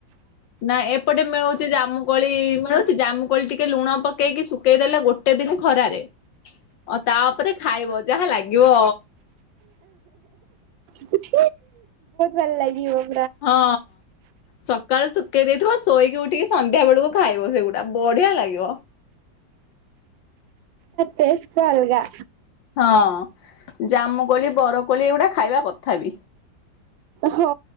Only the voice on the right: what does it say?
ବହୁତ ଭଲ ଲାଗିିବ।
ତେସଟା ଅଲଗା।
ହଁ।